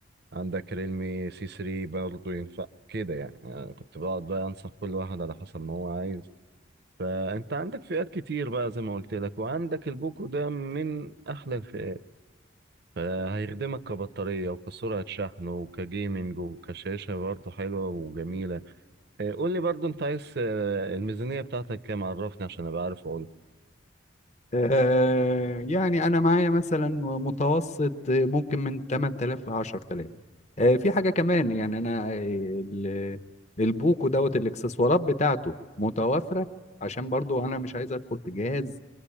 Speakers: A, on the right; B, on the left.
A: عندك ريلمي سي 3 برضه ينفع كده يعني آه، كنت بقعد بقى انصح كل واحد على حسب ما هو عايز فانت عندك فئات كتير بقى زي ما قلت لك وعندك البوكو ده من احلى الفئات فهيخدمك كبطارية وكسرعة شحن وكجيمنج وكشاشة برضه حلوة وجميلة آه، قول لي برضه انت عايز آه، الميزانية بتاعتك كام عرفني عشان ابقى عارف اقول
B: آه يعني انا معايا مثلا متوسط آه، ممكن من 8000 ل 10000 آه في حاجه كمان يعني انا آه، ال- البوكو دوت الاكسسوارات بتاعته متوافره عشان برضو انا مش عايز ادخل في جهاز